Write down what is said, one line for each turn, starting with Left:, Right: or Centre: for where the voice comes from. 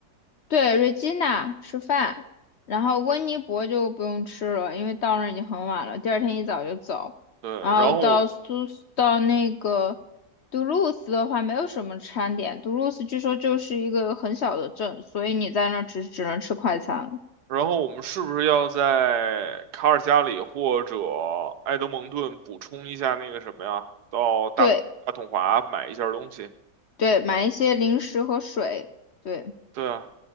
Left: 对瑞 e 娜吃饭，然后温尼伯就不用吃了，因为到那儿已经很晚了，第二天一早就走。
Right: 对，
Left: 然后到苏到那个杜鲁斯的话，
Right: 然后我
Left: 没有什么餐点。杜鲁斯据说就是一个很小的镇，所以你在那儿只只能吃快餐了。
Right: 然后我们是不是要在卡尔加里或者埃德蒙顿补充一下那个什么呀？到大大统华买一下东西。
Left: 对，对，买一些零食和水，对
Right: 对啊，